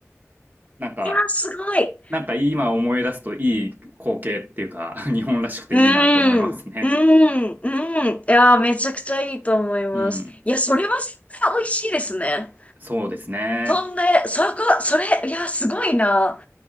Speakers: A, on the right (about 35°); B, on the left (about 25°).
A: なんか、
B: いや、すごい。
A: なんか今思い出すといい光景っていうか、<laughs> 日本らしくていいなと思いますね。
B: うん、うん、うん。いやー、めちゃくちゃいいと思います。
A: うん。
B: いや、それは絶対美味しいですね。
A: そうですね。
B: そんで、そこ、それ、いや、すごいな。